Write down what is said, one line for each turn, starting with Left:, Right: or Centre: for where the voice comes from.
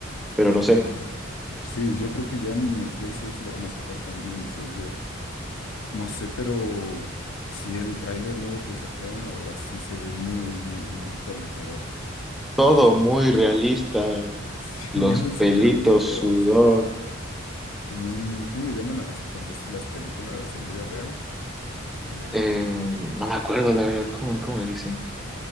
Centre: pero no sé.
Left: ajá. Sí, yo creo que ya en el Play 6 lo van a sacar también. O sea, ya. No sé, pero sí, el tráiler nuevo que sacaron, la verdad, sí se ve muy, muy, muy prometedor.
Centre: Todo
Left: Me gustó
Centre: muy realista,
Left: Sí,
Centre: los
Left: yo pensé
Centre: pelitos,
Left: que era un video,
Centre: sudor,
Left: así como, como un, ¿cómo le llaman a las, cuando es las películas en vida real? Eh,
Centre: eh, no me acuerdo la verdad, ¿cómo, cómo le dicen?